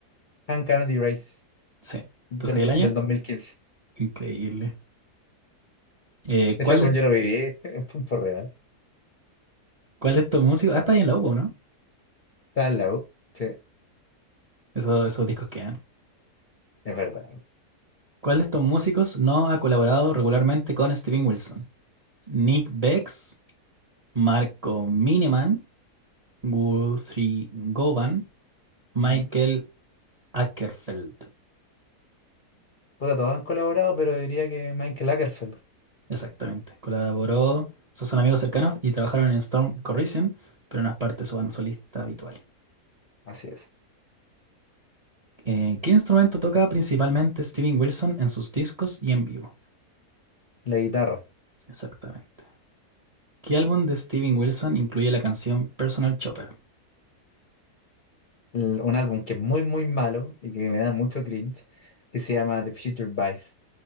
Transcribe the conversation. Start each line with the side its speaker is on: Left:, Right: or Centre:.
Left: Uncanny Race.
Right: Sí.
Left: Del,
Right: ¿Te sabía el año?
Left: del dos mil quince
Right: Increíble. Eh,
Left: Ese
Right: ¿cuál
Left: álbum
Right: de,
Left: yo lo viví <laughs> en tiempo real.
Right: cuál de estos músicos? Ah, está ahí en la U, ¿no?
Left: Estaba en la U. Sí,
Right: Esos, esos discos que
Left: es verdad.
Right: ¿Cuál de estos músicos no ha colaborado regularmente con Steven Wilson? Nick Bex, Marco Miniman, Guthrie Govan, Michael
Left: Ujú.
Right: Ackerfeld.
Left: Puta, todos han colaborado, pero diría que Michael Lagerfeld.
Right: Exactamente. Colaboró, esos son amigos cercanos y trabajaron en Storm Corrosion, pero no es parte de su banda solista habitual.
Left: Así es.
Right: Eh, ¿qué instrumento toca principalmente Steven Wilson en sus discos y en vivo?
Left: La guitarra.
Right: Exactamente. ¿Qué álbum de Steven Wilson incluye la canción Personal Chopper?
Left: L- Un álbum que es muy, muy malo y que me da mucho cringe, que se llama The Future Vice